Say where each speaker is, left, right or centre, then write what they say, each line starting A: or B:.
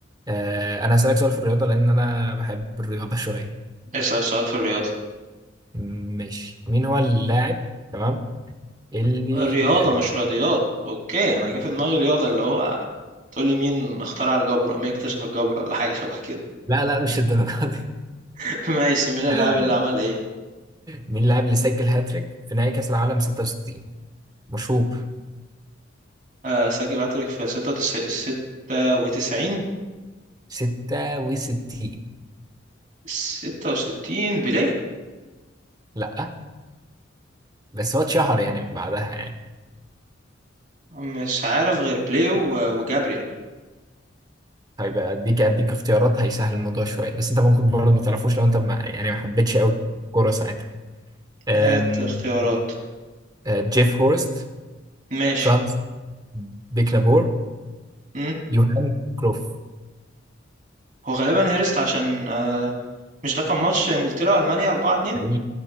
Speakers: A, on the right; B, on the right.
A: أه، انا هسالك سؤال في الرياضه لان انا بحب الرياضه شويه
B: اسال سؤال في الرياضه
A: ماشي مين هو اللاعب تمام اللي
B: الرياضه
A: أه،
B: مش رياضيات اوكي انا جه في دماغي رياضه اللي هو تقول لي مين اخترع الجبر أو مين اكتشف الجبر ولا حاجه شبه كده
A: لا لا مش الدرجه دي
B: <laughs> ماشي مين اللاعب
A: <laughs>
B: اللي عمل ايه
A: مين اللاعب اللي سجل هاتريك في نهائي كاس العالم 66 مشهور
B: آه سجل هاتريك في 96 96
A: 66
B: 66 بيليه
A: لا بس هو اتشهر يعني من بعدها يعني
B: مش عارف غير بلاي و- وجابريل
A: طيب اديك اديك اختيارات هيسهل الموضوع شويه بس انت ممكن برضه ما تعرفوش لو انت ما يعني ما حبيتش قوي الكوره ساعتها أم،
B: هات اختيارات
A: أه، جيف هورست
B: ماشي
A: فرانس بيكنابور
B: امم
A: يوهان كروف
B: هو غالبا هيرست عشان آه مش ده كان ماتش انجلترا والمانيا 4 2
A: أي-